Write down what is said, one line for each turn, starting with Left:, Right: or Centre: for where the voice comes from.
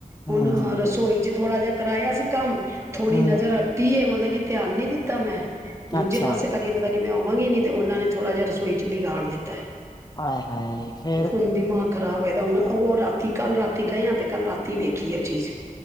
Left: ਹਮ
Right: ਹੁਨ ਰਸੋਈ ਚ ਥੋੜ੍ਹਾ ਜਿਹਾ ਕਰਾਇਆ ਸੀ ਕੰਮ ਥੋੜ੍ਹੀ
Left: ਹਮ
Right: ਨਜ਼ਰ ਹਟੀ ਏ, ਮਤਲਬ ਕਿ ਧਿਆਨ ਨੀ ਦਿੱਤਾ ਮੈਂ ਦੂਜੇ
Left: ਅੱਛਾ
Right: ਪਾਸੇ ਲੱਗੇ ਪਤਾ ਨੀ ਮੈਂ ਆਵਾਂਗੀ ਨੀ ਤੇ ਉਨਾਂ ਨੇ ਥੋੜਾ ਜਿਆ ਰਸੋਈ ਚ ਬਿਗਾੜ ਦਿੱਤੈ।
Left: ਆਏ ਹਾਏ ਫੇਰ
Right: ਹੁੰਨ ਦਿਮਾ ਖ਼ਰਾਬ ਹੋਏਦਾ ਹੁਨ ਉ ਰਾਤੀ ਕੱਲ ਰਾਤੀ ਗਏ ਆਂ, ਤੇ ਕੱਲ ਰਾਤੀ ਵੇਖੀ ਉ ਚੀਜ਼।